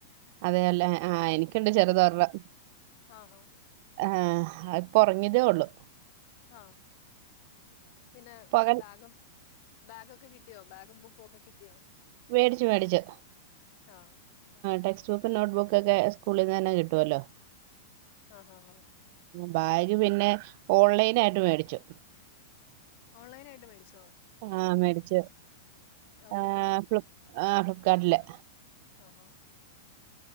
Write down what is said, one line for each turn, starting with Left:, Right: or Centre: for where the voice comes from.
Right: അതെ അല്ലേ ആ എനിക്കൊണ്ട്
Left: ആഹ്
Right: ചെറുതോരണം
Left: ആഹ്
Right: ആ ഇപ്പൊ ഉറങ്ങിയതേയുള്ളൂ
Left: ആ പിന്നെ
Right: പകൽ
Left: ബാഗും ബാഗൊക്കെ കിട്ടിയോ ബാഗും ബു ക്കോക്കെ കിട്ടിയോ
Right: വേടിച്ചു വേടിച്ചു
Left: ആഹ്
Right: ടെ ട്സ് ബുക്കും നോട്ട്ബുക്കൊക്കെ സ്കൂളിൽ നിന്ന് തന്നെ കിട്ടുവല്ലോ
Left: ആ ഹാ ഹാ
Right: ബാഗ് പിന്നെ ഓൺലൈനായിട്ട് മേടിച്ചു
Left: ഓൺലൈനായിട്ട് മേടിച്ചു.
Right: ആ മേഡിച്ചു
Left: ഫ്ലിപ്പിലാണോ
Right: ആ ഫ്ളിപ് ആ ഫിളിക്കാട്ടില്
Left: ആഹോ